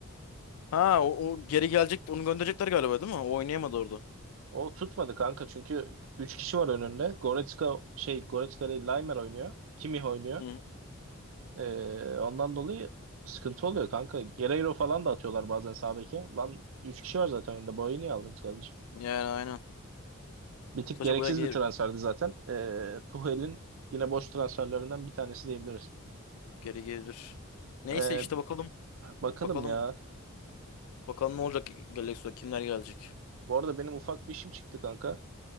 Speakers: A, on the left; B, on the right.
A: Ha o, o geri gelecek onu gönderecekler galiba değil mi? O oynayamadı orada.
B: O tutmadı kanka çünkü 3 kişi var önünde. Goretzka şey Goretzka değil Laimer oynuyor. Kimmich oynuyor.
A: Hı.
B: Ee, ondan dolayı sıkıntı oluyor kanka. Guerreiro falan da atıyorlar bazen sağ beke. Lan 3 kişi var zaten önünde. Boyu niye aldınız kardeşim?
A: Yani aynen.
B: Bir tık
A: Saça
B: gereksiz
A: boya geri,
B: bir transferdi zaten. Ee, Tuchel'in yine boş transferlerinden bir tanesi diyebiliriz.
A: geri gelir. Neyse
B: Ee,
A: işte bakalım.
B: bakalım
A: Bakalım
B: ya.
A: bakalım ne olacak Galaxy'da kimler gelecek.
B: Bu arada benim ufak bir işim çıktı kanka.